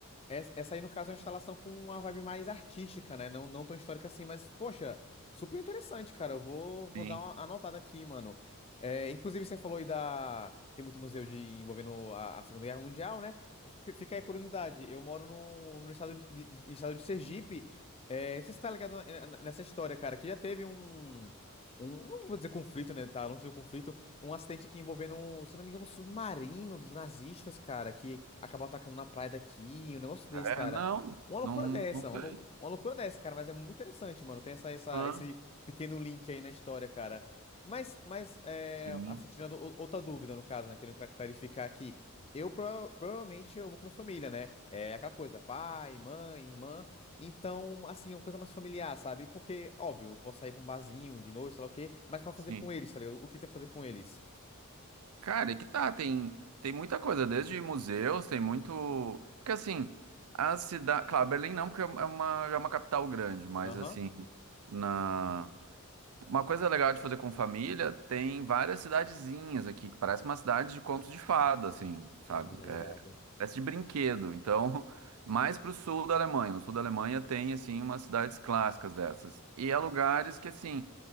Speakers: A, on the left; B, on the right.
A: Es- Essa aí, no caso, é uma instalação com uma vibe mais artística, né? Não, não tão histórica assim, mas, poxa, super interessante, cara. Eu vou, vou
B: Sim.
A: dar uma anotada aqui, mano. É, inclusive, você falou aí da. Tem muito museu de envolvendo a, a Segunda Guerra Mundial, né? F- Fica aí a curiosidade. Eu moro no, no estado de, de- de- estado de Sergipe. É, não sei se você tá ligado na- na- nessa história, cara, que já teve um. Um, não vou dizer conflito, né? Tá longe do conflito, um acidente aqui envolvendo, um, se não me engano, um submarino dos nazistas, cara, que acabou atacando na praia daqui, um negócio desse,
B: É,
A: cara.
B: não,
A: Uma loucura
B: não,
A: dessa,
B: não sei.
A: uma, lou- uma loucura dessa, cara, mas é muito interessante, mano. Tem essa, essa,
B: Ah,
A: esse pequeno link aí na história, cara. Mas, mas é,
B: sim,
A: assim, tirando o- outra dúvida, no caso, né, querendo cla- clarificar aqui. Eu prova- provavelmente eu vou com minha família, né? É aquela coisa, pai, mãe, irmã. Então, assim, é uma coisa mais familiar, sabe? Porque, óbvio, eu posso sair pra um barzinho de noite, sei lá o quê, mas pra fazer
B: sim.
A: com eles, tá ligado? O que tem pra fazer com eles?
B: Cara, e que tá, tem, tem muita coisa, desde museus, tem muito. Porque assim, a cidade. Claro, Berlim não, porque é uma, já é uma capital grande, mas
A: Aham.
B: assim, na. Uma coisa legal de fazer com família, tem várias cidadezinhas aqui, que parece uma cidade de contos de fada, assim, sabe?
A: Ah, velho, irado.
B: Parece de brinquedo. Então, <laughs> mais para o sul da Alemanha. No sul da Alemanha tem, assim, umas cidades clássicas dessas. E há lugares que, assim,